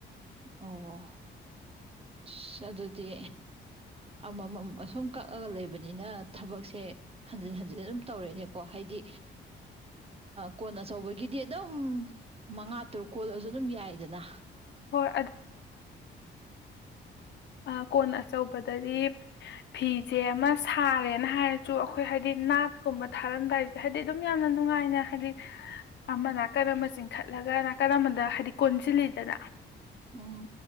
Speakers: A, on the right (about 30°); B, on the left (about 65°).
A: ꯑꯣ ꯑꯁ ꯑꯗꯨꯗꯤ ꯑꯝꯃꯝ ꯑꯁꯨꯝ ꯀꯛꯑꯒ ꯂꯩꯕꯅꯤꯅ ꯊꯕꯛꯁꯦ ꯍꯟꯖꯤꯟ ꯍꯟꯖꯤꯟ ꯑꯗꯨꯝ ꯇꯧꯔꯦꯅꯦꯀꯣ ꯍꯥꯏꯗꯤ ꯀꯣꯟ ꯑꯆꯧꯕꯒꯤꯗꯤ ꯑꯗꯨꯝ ꯃꯉꯥ ꯇꯔꯨꯛ ꯀꯣꯜꯂꯁꯨ ꯑꯗꯨꯝ ꯌꯥꯏꯗꯅ
B: ꯍꯣꯏ ꯑ ꯀꯣꯟ ꯑꯆꯧꯕꯗꯗꯤ ꯐꯤꯁꯦ ꯑꯃ ꯁꯥꯔꯦꯅ ꯍꯥꯏꯔꯁꯨ ꯑꯈꯣꯏ ꯍꯥꯏꯗꯤ ꯅꯥꯠꯀꯨꯝꯕ ꯊꯥꯔꯝꯗꯥꯏ ꯍꯥꯏꯗꯤ ꯑꯗꯨꯝ ꯌꯥꯝꯅ ꯅꯨꯡꯉꯥꯏꯅ ꯍꯥꯏꯗꯤ ꯑꯃ ꯅꯥꯀꯟ ꯑꯃꯗ ꯆꯤꯡꯈꯠꯂꯒ ꯅꯥꯀꯟ ꯑꯃꯗ ꯍꯥꯏꯗꯤ ꯀꯣꯟꯁꯤꯜꯂꯤꯗꯅ
A: ꯎꯝ